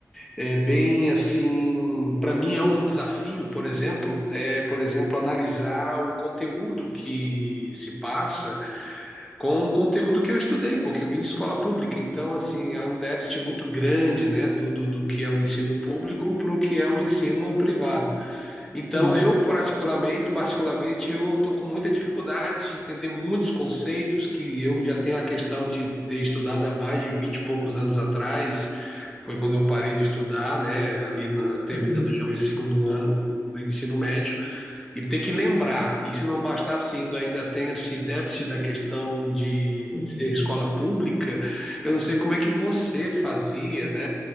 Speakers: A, in the centre; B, on the left.
A: é bem assim, para mim é um desafio, por exemplo, é, por exemplo, analisar o conteúdo que se passa com o conteúdo que eu estudei, porque eu vim de escola pública, então assim, há um déficit muito grande, né, do, do, do que é o ensino público para o que é o ensino privado. Então,
B: uhum,
A: eu particularmente, particularmente, eu tô com muita dificuldade de entender muitos conceitos que eu já tenho a questão de ter estudado há mais de 20 e poucos anos atrás. Foi quando eu parei de estudar, né, ali na- terminando
B: uhum,
A: já o segundo ano do ensino médio, e ter que lembrar. E se não bastasse ainda, ainda tem esse déficit da questão de
B: uhum.
A: ser escola pública, eu não sei como é que você fazia, né?